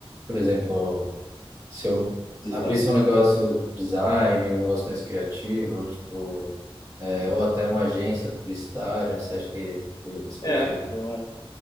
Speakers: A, on the right; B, on the left.
A: por exemplo, se eu
B: Design.
A: abrisse um negócio de design, um negócio mais criativo, tipo, é, ou até uma agência publicitária, você acha que que esse perfil?
B: É, eu